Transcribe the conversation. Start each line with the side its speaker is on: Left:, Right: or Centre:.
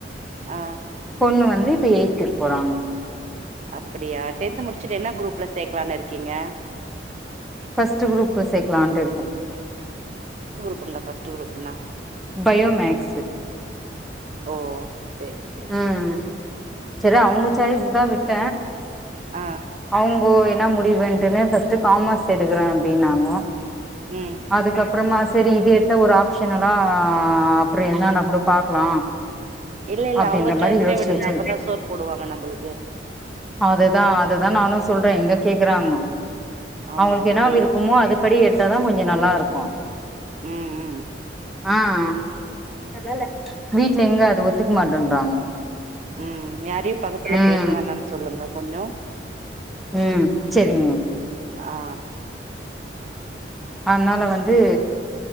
Right: ஆ
Centre: பொண்ணு வந்து இப்ப எய்த்துக் போறாங்க
Right: அப்படியா டென்த் முடிச்சுட்டு என்ன குரூப்ல சேக்கலானு இருக்கீங்க
Centre: ஃப்ஸ்டு குரூபு சேர்க்கலான்ட்டு இருக்கொ
Right: ப்னா ஃப்ஸ்டு குரூப்னா
Centre: பயோமேக்ஸு
Right: ஓ செரி செரி
Centre: உம் செரி அவங்க சாய்ஸ் தா விட்ட
Right: ஆ
Centre: அவங்கோ எ என்ன முடிவுன்டுனு ஃபஸ்டு காமர்ஸ் எடுக்கிறே அப்படின்னாங்க
Right: ம்
Centre: அதுக்கப் அப்புறமா சரி இது எடுத்த ஒரு ஆப்ஷனலா அப்புறோ என்னனா கூட பாக்கலா
Right: இல்ல இல்ல
Centre: அப்டின்ற
Right: அவங்க சாய்ஸ்லயே
Centre: மாரி யோசிச்சு
Right: விடுங்க
Centre: வச்சு
Right: அப்பதா சோர் போடுவாங்க நம்பளுக்கு
Centre: அதுதா அதுதா நானு சொல்றே எங்க கேக்குறாங்கோ
Right: ஆமாங்க
Centre: அவருக்கு என்ன
Right: எங்க
Centre: விருப்பமோ அதுபடி எடுத்தாதா கொஞ்சோ நல்லா இருக்கோ
Right: ம் ம்
Centre: ஆஹ் நல்லால்ல வீட்ல எங்க அது ஒத்து மாட்டேன்றாங்க
Right: ம் யாரையு பக்கத்துல
Centre: ம்
Right: பேச வேணான் சொல்லுங்க கொஞ்சோ
Centre: ம் சரிங்க
Right: ஆ
Centre: அதனால வந்து